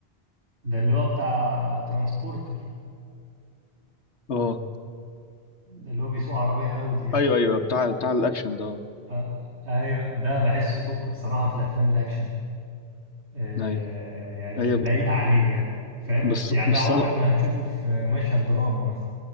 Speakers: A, on the right; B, on the left.
A: ده اللي هو بتاع ترانسبورتر
B: اه
A: ده اللي هو بيسوق عربية أودي ده
B: ايوه ايوه بتاع بتاع الاكشن ده اه
A: آه، أيوه ده بحسه توب بصراحة في الأفلام الأكشن آه،
B: ايوه
A: يعني
B: ايوه
A: لايقة عليه يعني فاهم
B: بس
A: يعني
B: بالصلع
A: ده عمرك ما هتشوفه في مشهد دراما مثلا